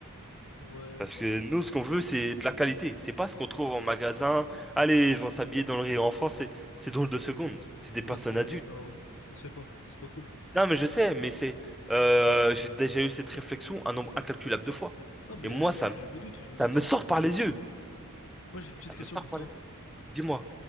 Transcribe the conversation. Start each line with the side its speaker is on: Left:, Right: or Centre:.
Left: Ouais.
Centre: Parce que nous, ce qu'on veut, c'est de la qualité. C'est pas ce qu'on trouve en magasin. Allez, ils vont s'habiller dans le rire enfant. C'est, c'est drôle de seconde. C'est des
Left: Non,
Centre: personnes
Left: c'est...
Centre: adultes.
Left: Non, ça se fait pas. C'est pas cool.
Centre: Non, mais je sais, mais c'est, euh, j'ai déjà eu cette réflexion un nombre incalculable de fois.
Left: Non, mais
Centre: Et moi, ça,
Left: je,
Centre: me-
Left: je me doute, je me
Centre: ça
Left: doute.
Centre: me sort par les yeux.
Left: Moi, j'ai une petite
Centre: Ça
Left: question
Centre: me sort
Left: pour
Centre: par
Left: toi.
Centre: les yeux. Dis-moi,